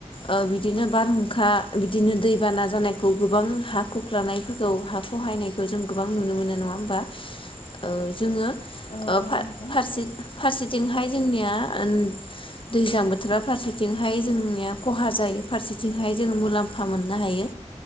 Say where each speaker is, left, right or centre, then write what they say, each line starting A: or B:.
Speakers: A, on the left; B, on the left.
A: ओ बिदिनो बार हुंखा बिदिनो दैबाना जानायखौ गोबां हा खख्लानायफोरखौ हा खहायनायखौ जों गोबां नुनो मोनो नङा होमबा ओ जोङो
B: औ
A: ओ
B: नंगौ
A: फा
B: नोंथां
A: फारसे फारसेथिंहाय जोंनिया ओन दैज्लाबोथोरा फारसेथिंहाय जोंनिया खहा जायो फारसेथिंहाय जोंङो मुलाम्फा मोननो हायो।